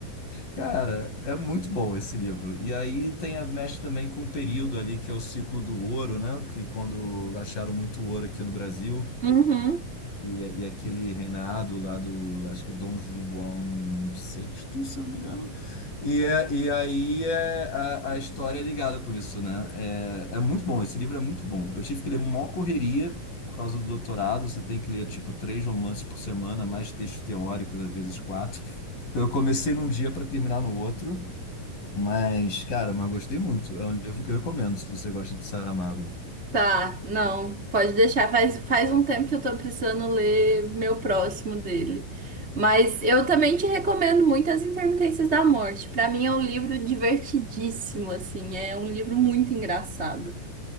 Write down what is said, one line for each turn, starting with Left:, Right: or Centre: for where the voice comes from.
Left: Cara, é muito bom esse livro. E aí tem a mexe também com o período ali, que é o ciclo do ouro, né? Que quando acharam muito ouro aqui no Brasil.
Right: Uhum.
Left: E, é, e é aquele reinado lá do, acho que é Dom João sexto se eu não me engano. E, é- e aí é, a, a história é ligada com isso, né? É, é muito bom, esse livro é muito bom. Eu tive que ler mó correria por causa do doutorado, você tem que ler, tipo, três romances por semana, mais textos teóricos, às vezes quatro. Então eu comecei num dia para terminar no outro, mas, cara, mas eu gostei muito. É um livro que eu recomendo se você gosta de Saramago.
Right: Tá, não, pode deixar. Faz, faz um tempo que eu tô precisando ler meu próximo dele. Mas eu também te recomendo muito As Intermitências da Morte. Pra mim é um livro divertidíssimo, assim, é um livro muito engraçado.